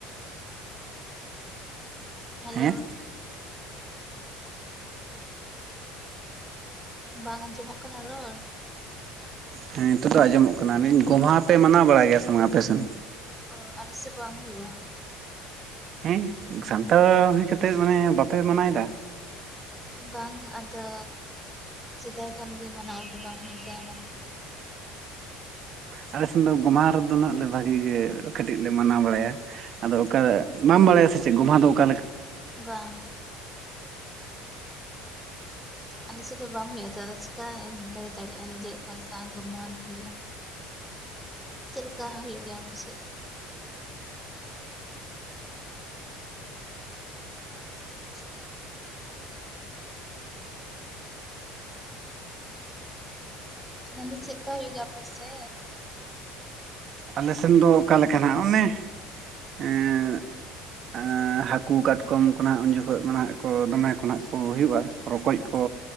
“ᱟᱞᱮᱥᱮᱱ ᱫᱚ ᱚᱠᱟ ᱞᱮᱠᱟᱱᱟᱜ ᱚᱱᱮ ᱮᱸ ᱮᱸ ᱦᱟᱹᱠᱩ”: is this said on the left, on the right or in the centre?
Right